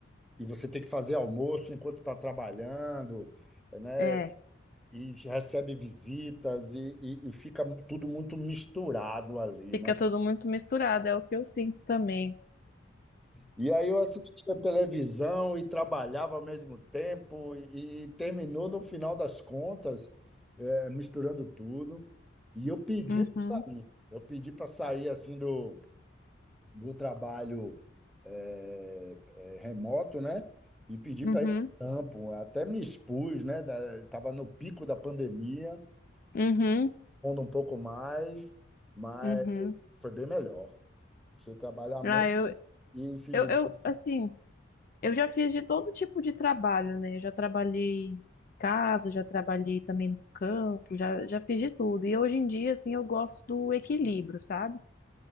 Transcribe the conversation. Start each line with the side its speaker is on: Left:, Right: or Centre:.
Centre: e você tem que fazer almoço enquanto está trabalhando, né?
Left: É,
Centre: E recebe visitas e, e e fica tudo muito misturado ali,
Left: fica
Centre: né?
Left: tudo muito misturado, é o que eu sinto também.
Centre: E aí eu assistia televisão e trabalhava ao mesmo tempo e, e terminou no final das contas, eh, misturando tudo. E eu pedi
Left: Uhum,
Centre: para sair. Eu pedi para sair assim do, do trabalho eh, eh, remoto, né? E pedi
Left: uhum,
Centre: para ir para o campo. Até me expus, né? Estava no pico da pandemia,
Left: uhum,
Centre: terminando um pouco mais, mas
Left: uhum.
Centre: foi bem melhor. Você trabalhar menos
Left: Ah, eu,
Centre: e se
Left: eu,
Centre: divertir.
Left: eu, assim, eu já fiz de todo tipo de trabalho, né? Eu já trabalhei em casa, já trabalhei também no campo, já, já fiz de tudo. E hoje em dia, assim, eu gosto do equilíbrio, sabe?